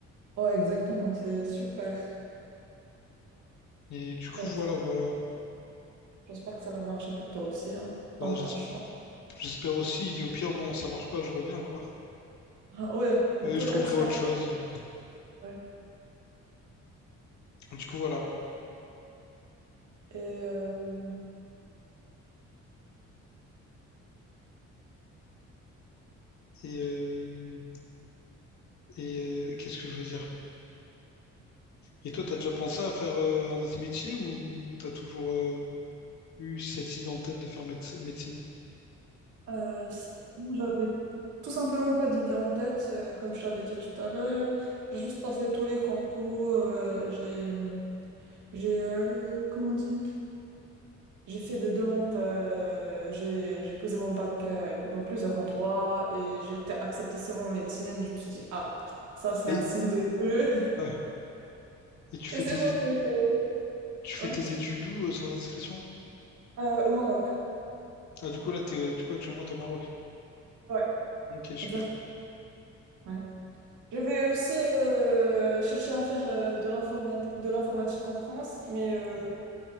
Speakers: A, on the right (about 75°); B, on the left (about 70°).
A: ouais, exactement, c'est super.
B: Et du coup,
A: Bah,
B: voilà,
A: j-
B: voilà.
A: j'espère que ça va marcher pour toi aussi, hein,
B: Bah,
A: dans
B: je-
A: ta chambre.
B: J'espère aussi. Et au pire, bon, ça marche pas, je reviens, quoi.
A: Ah ouais, dans
B: Et
A: tous
B: je
A: les
B: trouverai
A: cas, tu
B: autre
A: perds.
B: chose.
A: Ouais.
B: Du coup, voilà.
A: Et euh,
B: Et, euh, et euh, qu'est-ce que je voulais dire? Et toi, t'as déjà pensé à faire euh, un autre métier ou t'as toujours euh, eu cette idée en tête de faire méde- médecine?
A: euh, sinon, j'avais tout simplement pas d'idée en tête, euh, comme je t'avais dit tout à l'heure. J'ai juste passé tous les concours, euh, j'ai, j'ai, euh, comment on dit? J'ai fait des demandes, euh, j'ai j'ai posé mon bac euh, dans plusieurs endroits et j'ai été acceptée seulement en médecine. Je me suis dit, ah, ça c'est
B: Et,
A: un signe de Dieu.
B: Ouais.
A: <laughs>
B: Et tu fais
A: Et c'est
B: tes,
A: bon,
B: é-
A: je l'ai fait.
B: tu fais
A: Ouais.
B: tes études où, euh, sans indiscrétion?
A: Euh, au Maroc.
B: Ah, du coup, là, t'es, euh, du coup, actuellement, t'es au Maroc.
A: Ouais,
B: Ok, super.
A: exactement. Ouais. Je vais aussi euh, chercher à faire euh, de l'informat- de l'informatique en France, mais euh,
B: Mhm.